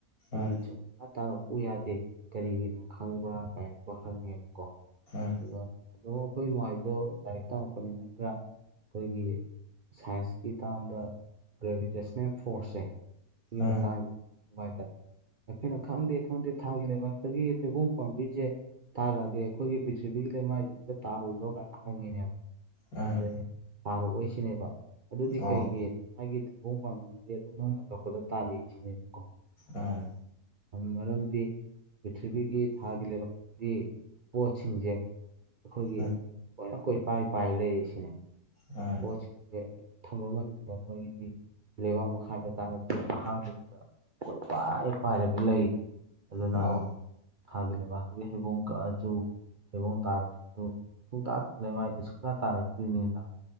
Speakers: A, on the right; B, on the left.
A: ꯁꯤꯗꯤ
B: ꯎꯝ
A: ꯁꯨꯡꯇ ꯇꯥꯔꯛꯎ ꯌꯥꯗꯦ ꯀꯔꯤꯒꯤꯅꯣ ꯈꯪꯕ꯭ꯔꯥ ꯀꯥꯏꯟꯀꯣ ꯍꯪꯉꯦꯕꯀꯣ
B: ꯎꯝ
A: ꯗꯨꯒ ꯑꯗꯨꯝ ꯑꯈꯣꯏ ꯏꯃꯥꯏꯗꯣ ꯂꯥꯏꯔꯤꯛ ꯇꯝꯃꯛꯄꯅꯤꯅ ꯈꯔ ꯈꯣꯏꯒꯤ ꯁꯥꯏꯟꯁꯀꯤ ꯇꯥꯝꯗ ꯒ꯭ꯔꯦꯕꯤꯇꯦꯁꯅꯦꯜ ꯐꯣꯔꯁꯁꯦ ꯁꯤꯒꯤ
B: ꯎꯝ
A: ꯃꯇꯪꯖꯤ ꯅꯨꯡꯉꯥꯏꯇꯝ ꯑꯩꯈꯣꯏꯅ ꯈꯪꯗꯦ ꯈꯪꯗꯦ ꯊꯥꯒꯤ ꯂꯩꯕꯥꯛꯇꯒꯤ ꯊꯩꯕꯣꯡ ꯄꯥꯝꯕꯤꯖꯦ ꯇꯥꯔꯛꯑꯗꯤ ꯑꯩꯈꯣꯏꯒꯤ ꯄ꯭ꯔꯤꯊꯤꯕꯤꯒꯤ ꯂꯩꯃꯥꯏꯖꯤꯗꯒ ꯇꯥꯍꯣꯏꯗ꯭ꯔꯣ ꯀꯥꯏꯅ ꯍꯪꯉꯤꯅꯦꯕ
B: ꯎꯝ
A: ꯑꯗꯩ ꯇꯥꯔꯛꯑꯣꯏꯁꯤꯅꯦꯕ ꯑꯗꯨꯗꯤ
B: ꯑꯣ
A: ꯀꯩꯒꯤ ꯑꯩꯒꯤ ꯊꯩꯕꯣꯡ ꯄꯥꯝꯕꯤꯖꯤꯗꯤ ꯑꯗꯨꯝ ꯅꯨꯡꯃ ꯀꯛꯄꯗ ꯇꯥꯔꯛꯏ ꯁꯤꯅꯦꯕꯀꯣ
B: ꯑꯥ
A: ꯃꯔꯝꯗꯤ ꯄ꯭ꯔꯤꯊꯤꯕꯤꯒꯤ ꯊꯥꯒꯤ ꯂꯩꯕꯛ ꯒꯤ ꯄꯣꯠꯁꯤꯡꯖꯦ ꯑꯩꯈꯣꯏꯒꯤ
B: ꯎꯝ
A: ꯑꯣꯏꯅ ꯀꯣꯏꯄꯥꯏ ꯄꯥꯏꯔ ꯂꯩꯔꯤ ꯁꯤꯅꯦ
B: ꯑꯥ
A: ꯄꯣꯠꯁꯤꯡꯖꯦ ꯊꯝꯕ ꯃꯇꯝꯗ ꯃꯣꯏꯒꯤꯗꯤ ꯂꯩꯕꯥꯛ ꯃꯈꯥꯗ ꯇꯥꯔꯛꯇꯦ ꯑꯍꯥꯡꯕꯗꯨꯗ ꯀꯣꯏꯄꯥꯏ ꯄꯥꯏꯔꯒ ꯂꯩ ꯑꯗꯨꯅ
B: ꯑꯣ
A: ꯊꯥꯒꯤ ꯂꯩꯕꯛꯇꯒꯤ ꯍꯩꯕꯣꯡ ꯀꯥꯛꯑꯖꯨ ꯍꯩꯕꯣꯡ ꯇꯔꯛ ꯇꯣ ꯁꯨꯡꯇꯥ ꯂꯩꯃꯥꯏꯗ ꯁꯨꯡꯇꯥ ꯇꯥꯔꯛꯇ꯭ꯔꯤꯅꯦꯅ